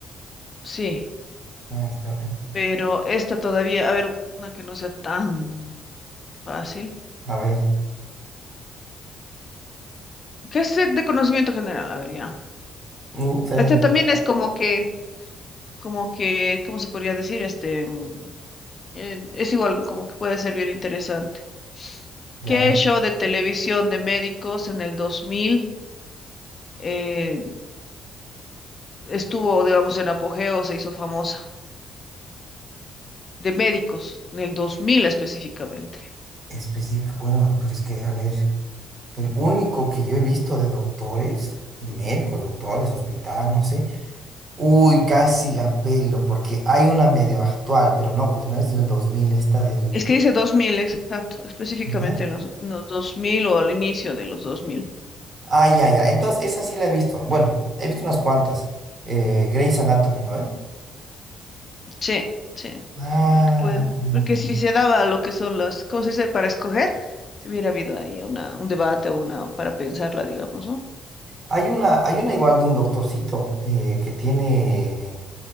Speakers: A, on the left (about 40°); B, on the right (about 45°).
A: Sí,
B: Ahí está, ve.
A: pero esta todavía, a ver, una que no sea tan fácil.
B: A ver.
A: ¿Qué es de de conocimiento general? A ver, ya.
B: Mm, esas-
A: Esta también es como que, como que, ¿cómo se podría decir? Este, mm, eh, es igual, como que puede ser bien interesante.
B: ya.
A: ¿Qué show de televisión de médicos en el 2000 eh, estuvo, digamos, en apogeo o se hizo famosa? de médicos, en el 2000 específicamente.
B: Específico. Bueno, pues es que, a ver, el único que yo he visto de doctores, de médicos, doctores, hospital, no sé. Uy, casi la pelo, porque hay una medio actual, pero no, pues no es del 2000 esta del...
A: Es que dice 2000, exacto, específicamente
B: ¿no?
A: en los, en los 2000 o al inicio de los 2000.
B: Ah, ya, ya. Entonces, esa sí la he visto. Bueno, he visto unas cuantas. Eh, Grey's Anatomy, ¿no ve?
A: Sí, sí,
B: Ah,
A: porque, puede,
B: mm.
A: porque si se daba lo que son las, ¿cómo se dice? Para escoger, si hubiera habido ahí una, un debate o una para pensarla, digamos, ¿no?
B: hay una, hay una igual de un doctorcito eh, que tiene.